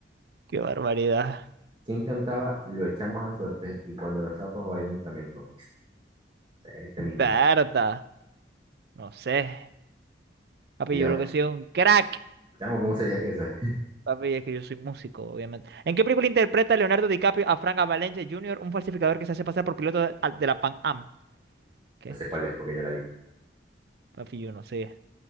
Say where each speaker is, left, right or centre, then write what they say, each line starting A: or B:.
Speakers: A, on the right; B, on the right.
A: Qué barbaridad.
B: Quien cantaba Lo echamos a suerte y cuando los sapos bailen flamenco? O sea, este
A: Berta,
B: mismo.
A: no sé. Papi,
B: Ella,
A: yo creo que soy un crack.
B: chamo, ¿cómo se llama esa?
A: Papi, es que yo soy músico, obviamente. ¿En qué película interpreta Leonardo DiCaprio a Frank Avalanche Jr., un falsificador que se hace pasar por piloto de, al- de la Pan Am? ¿Qué?
B: Yo sé cuál es porque ya la vi.
A: Papi, yo no sé.